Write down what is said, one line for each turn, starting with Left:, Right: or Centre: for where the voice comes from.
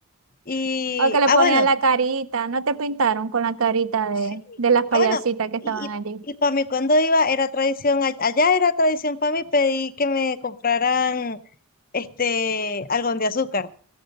Left: y,
Right: O que le
Left: ah,
Right: ponían
Left: bueno,
Right: la carita, ¿no te pintaron con la carita de,
Left: sí.
Right: de las payasitas
Left: Ah, bueno,
Right: que estaban
Left: y,
Right: allí?
Left: y, para mí cuando iba era tradición, a- allá era tradición para mí pedí que me compraran este algodón de azúcar.